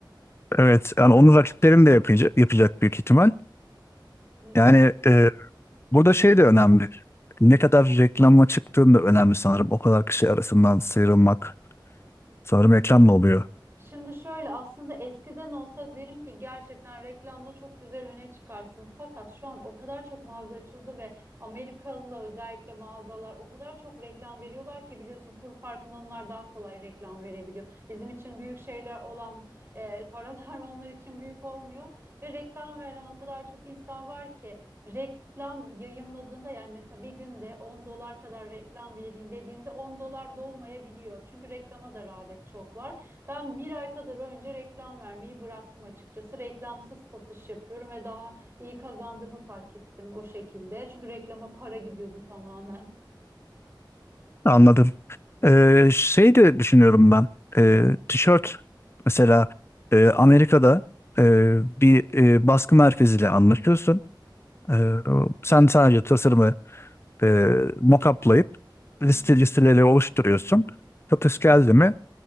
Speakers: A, on the left; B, on the right.
A: Evet, yani onu rakiplerim de yapacak, yapacak büyük ihtimal.
B: Hı
A: Yani e, burada
B: hı.
A: şey de önemli. Ne kadar reklama çıktığın da önemli sanırım. O kadar kişi arasından sıyrılmak sanırım reklamla oluyor.
B: Şimdi şöyle aslında eskiden olsa derim ki gerçekten reklamda çok güzel öne çıkarsın. Fakat şu an o kadar çok mağaza açıldı ve Amerikalı özellikle mağazalar o kadar çok reklam veriyorlar ki biliyorsun kur farkında onlar daha kolay reklam verebiliyor. Bizim için büyük şeyler olan e, paralar <laughs> onlar için büyük olmuyor ve reklam veren o kadar çok insan var ki reklam yayınladığında yani mesela bir günde 10 dolar kadar reklam vereyim dediğinde 10 dolar dolmayabiliyor. Çünkü reklama da rağbet çok var. Ben bir ay kadar önce reklam vermeyi bıraktım açıkçası. Reklamsız satış yapıyorum ve daha iyi kazandığımı fark ettim o şekilde. Çünkü reklama para gidiyordu tamamen. <laughs>
A: Anladım. Ee, şey de düşünüyorum ben. Ee, tişört mesela e, Amerika'da e, bir e, baskı merkeziyle anlaşıyorsun. Ee, sen sadece tasarımı e, mock-up'layıp
B: Hı
A: liste
B: hı.
A: listeleri oluşturuyorsun. Satış
B: Hı hı.
A: geldi mi